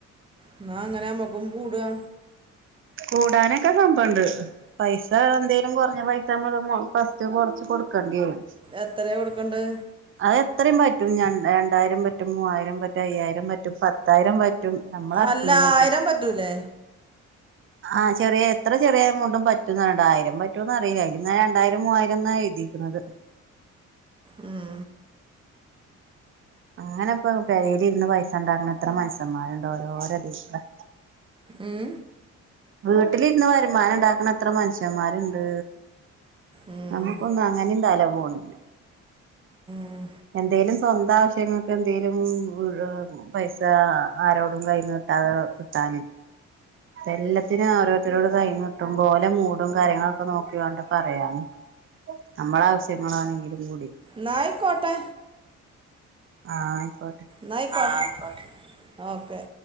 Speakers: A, on the right; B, on the right.
A: എന്നാ അങ്ങനെ നമ്മക്കും കൂടാ
B: കൂടാനൊക്കെ സംഭവണ്ട് പൈസ എന്തേലും കൊറഞ്ഞ പൈസ നമ്മള് മൊ ഫസ്റ്റ് കൊറച്ച് കൊടുക്കെണ്ടി വരും
A: എത്രയാ കൊടുക്കണ്ട്
B: അഹ് എത്രയും പറ്റും രണ്ടായിരം പറ്റും മൂവായിരം പറ്റും അയ്യായിരം പറ്റും പത്തായിരം പറ്റും നമ്മള ഇറക്കണീനനുസരിച്ച്
A: അല്ല ആയിരം പറ്റൂല്ലേ
B: ആഹ് ചെറിയ എത്ര ചെറിയ എമൗണ്ടും പറ്റും രണ്ടായിരം പറ്റുംന്ന് അറിയില്ല അയ്ല് ങ്ങാ രണ്ടായിരം മൂവായിരം ന്നാ എഴുതി ക്ക്ണത്
A: ഉം
B: അങ്ങനെ ഇപ്പൊ പെരേലിരുന്ന് പൈസ ഉണ്ടാക്കണത്ര മൻസ്യന്മാരുണ്ട് ഓരോരതികൂടെ
A: ഉം
B: വീട്ടിലിരുന്ന് വരുമാനം ണ്ടാക്കണ എത്ര മനുഷ്യന്മാരുണ്ട്
A: ഉം
B: നമുക്കൊന്നും അങ്ങനെയും തല പോണില്ല
A: ഉം
B: എന്തേലും സ്വന്തം ആവശ്യങ്ങൾക്ക് എന്തെങ്കലും വീഴണത് പൈസ ആരോടും കയ്യ്ന്ന് കിട്ടാതെ കിട്ടാന് എല്ല ത്തിനാ ഓരോരുതരോടും പ കൈനീട്ട്മ്പോ ഓലെ മൂടും കാര്യങ്ങളൊക്കെ നോക്കി വേണ്ടേ പറയാന് അമ്മള ആവശ്യങ്ങളാണെങ്കിലും കൂടി
A: ന്നായിക്കോട്ടെ
B: ആഹ് ആയിക്കോട്ടെ
A: ന്നാ അയ്കൊ ഓക്കെ